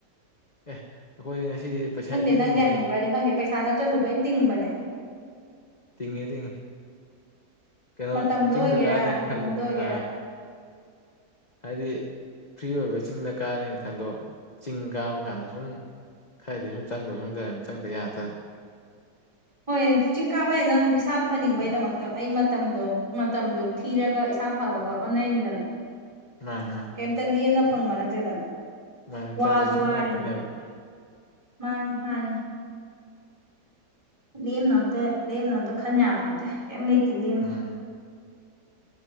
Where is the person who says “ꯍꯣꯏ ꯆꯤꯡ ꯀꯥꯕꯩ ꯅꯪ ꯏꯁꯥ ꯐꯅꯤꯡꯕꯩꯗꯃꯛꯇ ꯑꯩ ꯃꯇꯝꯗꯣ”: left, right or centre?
Right